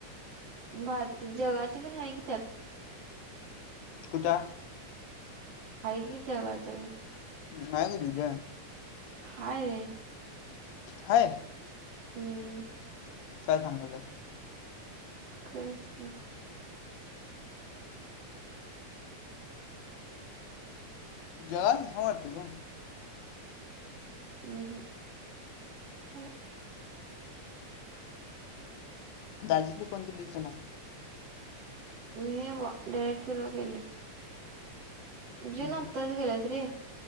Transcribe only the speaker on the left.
कुठं?
नाय ग दीदे.
हाय?
काय सांगायल्यास.
जगाचं नाही वाटतं ग.
दाजीना फोन केलीस का नाय?
हम्म.